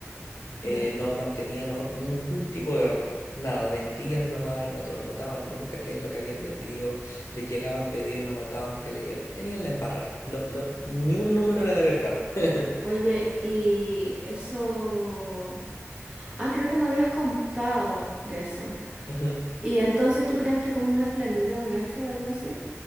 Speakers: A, on the left (about 70°); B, on the right (about 20°).
A: eh,
B: ya.
A: no mantenían or- ningún tipo de orden, nada, vendían nomás y no to- notaban nunca qué es lo que habían vendido, les llegaban pedidos y no notaban que le llegaban, tenían la embarra, no, lo- ni un número era de verdad. <laughs>
B: Oye, y eso... Ah, creo que me habías contado de eso.
A: Ujú.
B: ¿Y entonces tú creaste como una planilla, un Excel, algo así?